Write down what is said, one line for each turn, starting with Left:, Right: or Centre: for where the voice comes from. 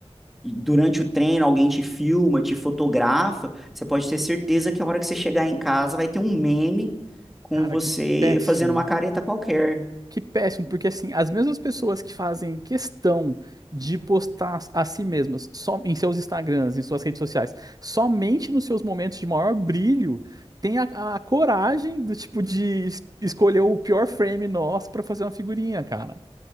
Centre: durante o treino alguém te filma, te fotografa, você pode ter certeza que a hora que você chegar em casa vai ter um meme com
Right: Cara,
Centre: você
Right: que péssimo.
Centre: fazendo uma careta qualquer.
Right: Que péssimo, porque assim, as mesmas pessoas que fazem questão de postar a si mesmas só em seus Instagrams, em suas redes sociais, somente nos seus momentos de maior brilho, tem a, a coragem do tipo de es- escolher o pior frame nosso pra fazer uma figurinha, cara.